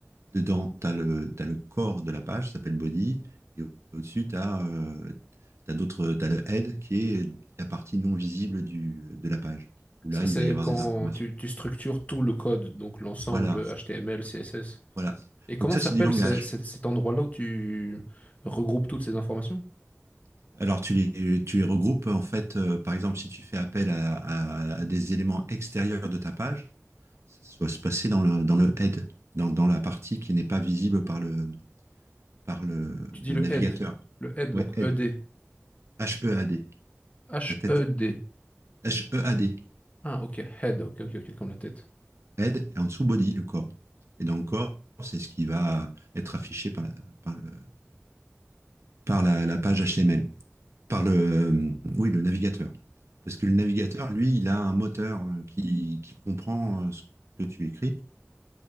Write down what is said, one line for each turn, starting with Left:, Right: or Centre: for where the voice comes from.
Right: Dedans, tu as le, t'as le corps de la page, ça s'appelle body. Et au- au-dessus, tu as, d'autres, t'as le head qui est la partie non visible du, de la page, où
Left: Ça,
Right: là, il
Left: c'est
Right: va y avoir
Left: quand
Right: des informations.
Left: tu, tu structures tout le code, donc l'ensemble
Right: Voilà,
Left: de HTML, CSS.
Right: voilà.
Left: Et comment
Right: Donc ça,
Left: s'appelle
Right: c'est du ah, langage.
Left: ce- ce- cet endroit-là où tu regroupes toutes ces informations?
Right: Alors, tu les, tu les regroupes, en fait, euh, par exemple, si tu fais appel à, à- à des éléments extérieurs de ta page, ça va se passer dans le, dans le head, dans, dans la partie qui n'est pas visible par le, par le,
Left: Tu
Right: le
Left: dis le
Right: navigateur.
Left: head. Le head, donc
Right: Ouais, head.
Left: E D
Right: H-E-A-D,
Left: H-E-D.
Right: la tête. H-E-A-D.
Left: Ah, ok, head, ok, ok, ok, comme la tête.
Right: head et en dessous body, le corps. Et dans le corps, c'est ce qui va être affiché par la, par, le, par la, la, page HTML, par le, euh, oui, le navigateur. Parce que le navigateur, lui, il a un moteur euh, qui, qui comprend euh, ce que tu écris.